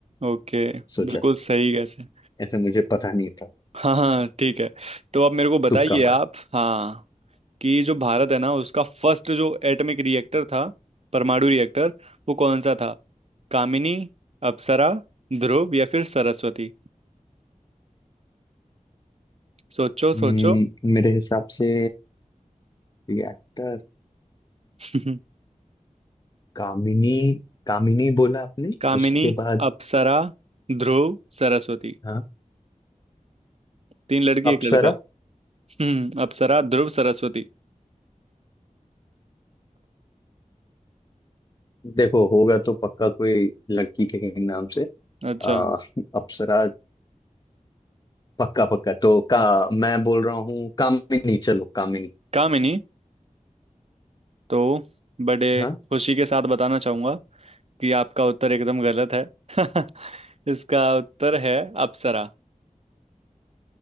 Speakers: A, on the right; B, on the left.
A: ओके
B: सोचा
A: बिल्कुल सही गैस है
B: ऐसे मुझे पता नहीं था
A: हाँ हाँ ठीक है तो अब मेरे को बताइए
B: तुक्का मारा
A: आप हाँ कि जो भारत है ना उसका फर्स्ट जो एटॉमिक रिएक्टर था परमाणु रिएक्टर वो कौन सा था कामिनी अप्सरा ध्रुव या फिर सरस्वती सोचो
B: हम्म,
A: सोचो
B: मेरे हिसाब से एक्टर
A: <laughs>
B: कामिनी कामिनी बोला आपने
A: कामिनी
B: उसके बाद
A: अप्सरा ध्रुव सरस्वती
B: हाँ
A: तीन लड़की एक
B: अप्सरा
A: लड़का हम्म अप्सरा ध्रुव सरस्वती
B: देखो होगा तो पक्का कोई लड़की के ही नाम से
A: अच्छा
B: आ, अप्सरा पक्का पक्का तो का मैं बोल रहा हूँ कामिनी चलो कामिनी
A: काम ही नहीं तो बड़े
B: हाँ
A: खुशी के साथ बताना चाहूंगा कि आपका उत्तर एकदम गलत है <laughs> इसका उत्तर है अप्सरा